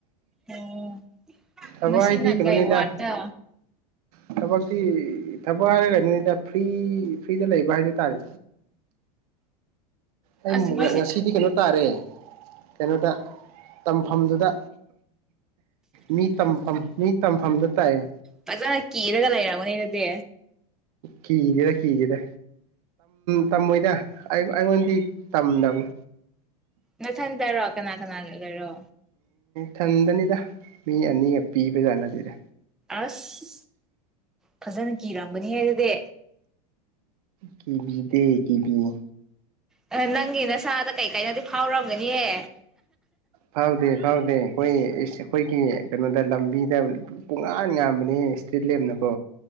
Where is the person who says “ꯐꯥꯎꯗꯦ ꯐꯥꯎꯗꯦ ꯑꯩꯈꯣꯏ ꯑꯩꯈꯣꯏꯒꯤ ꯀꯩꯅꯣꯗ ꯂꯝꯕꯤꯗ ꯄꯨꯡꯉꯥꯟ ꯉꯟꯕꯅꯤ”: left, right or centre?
Right